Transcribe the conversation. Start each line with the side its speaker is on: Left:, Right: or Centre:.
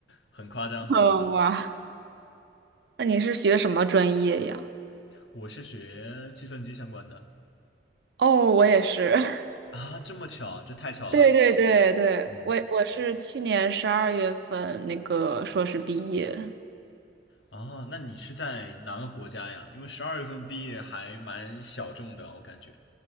Left: 很夸张，很夸张。
Right: 哦，哇，那你是学什么专业呀？
Left: 我是学计算机相关的
Right: 哦，我也是。<laughs>
Left: 啊，这么巧，这太巧了。
Right: 对对对对，
Left: 嗯，
Right: 我我是去年十二月份那个硕士毕业。
Left: 啊，那你是在哪个国家呀？因为十二月份毕业还蛮小众的，我感觉。